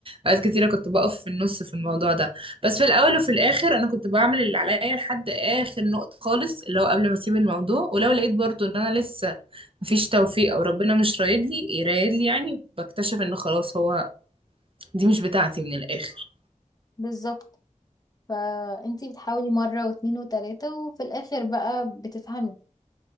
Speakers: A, on the right; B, on the left.
A: اوقات كتيره كنت بقف في النص في الموضوع ده بس في الاول وفي الاخر انا كنت بعمل اللي عليا لحد اخر نقطه خالص اللي هو قبل ما اسيب الموضوع ولو لقيت برضو ان انا لسه مفيش توفيق او ربنا مش رايد لي يرايد لي يعني بكتشف ان خلاص هو دي مش بتاعتي من الاخر
B: بالظبط فانتي بتحاولي مرة واتنين وتلاتة وفي الآخر بقى بتفهمي